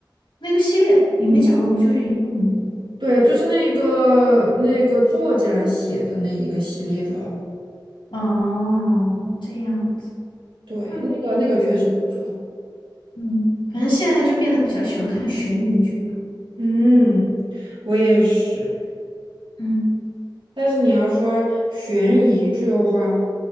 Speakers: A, on the left (about 80°); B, on the right (about 85°).
A: 那个系列，《隐秘角落》不就是一个吗？
B: 对，就是那个那个作家写的那一个系列的，
A: 哦，这样子，
B: 对，
A: 嗯，
B: 那个那个确实不错。
A: 嗯，反正现在就变得比较喜欢看悬疑剧了。
B: 嗯，我也是。
A: 嗯，
B: 但是你要说悬疑剧的话，